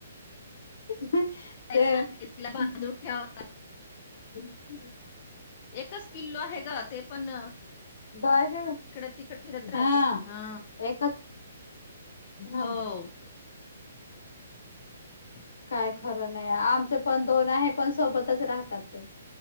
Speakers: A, on the left (about 75°); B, on the left (about 40°).
A: त अहं
B: ना, तिला बांधून
A: अहं
B: ठेवा
A: <unintelligible>
B: एकच पिल्लू आहे ग ते पण
A: बाय ग
B: इकडं तिकड फिरत राहत
A: हा
B: हा
A: एकच हम्म.
B: हो <unintelligible>
A: काय खरं नाही आमच पण दोन आहे पण सोबतच राहतात ते.